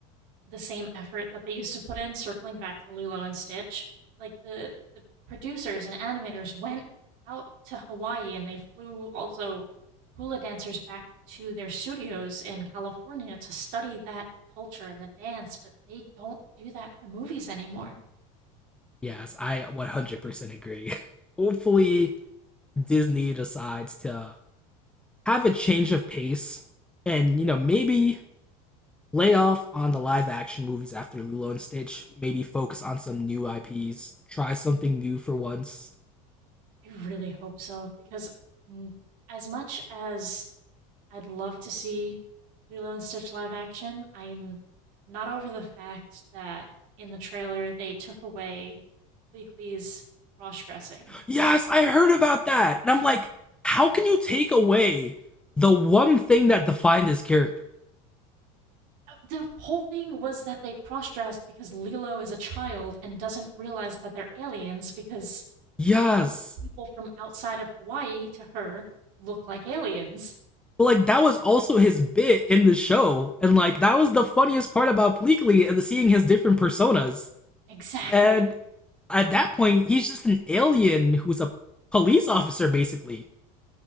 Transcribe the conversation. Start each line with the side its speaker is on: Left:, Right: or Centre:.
Right: the same effort that they used to put in circling back to Lilo and Stitch. Like the the producers and animators went out to Hawaii and they flew also hula dancers back to their studios in California to study that culture and the dance, but they don't do that for movies anymore.
Centre: Yes, I 100% agree. <laughs> Hopefully, Disney decides to have a change of pace and you know maybe lay off on the live action movies after Lilo and Stitch, maybe focus on some new IPs, try something new for once.
Right: I really hope so because mm, as much as I'd love to see Lilo and Stitch live action. I'm not over the fact that in the trailer they took away Bleakley's cross dressing.
Centre: Yes, I heard about that. And I'm like, how can you take away the one thing that defined his character?
Right: The whole thing was that they cross dressed because Lilo is a child and doesn't realize that they're aliens because
Centre: Yes.
Right: most people from outside of Hawaii to her look like aliens.
Centre: But like that was also his bit in the show. And like that was the funniest part about Bleakley and the seeing his different personas.
Right: Exactly.
Centre: And at that point, he's just an alien who's a police officer basically